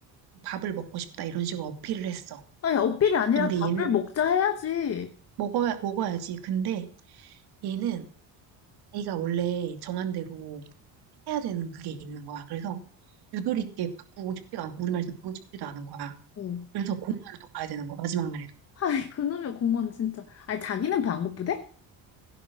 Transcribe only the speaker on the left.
아니, 어필이 아니라
밥을
먹자 해야지.
어.
아이, 그놈의 공원 진짜. 아니, 자기는 배 안 고프대?